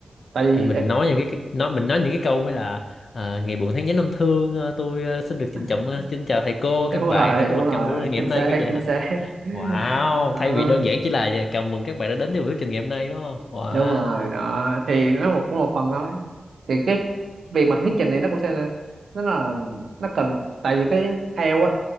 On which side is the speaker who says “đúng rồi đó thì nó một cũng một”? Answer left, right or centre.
Right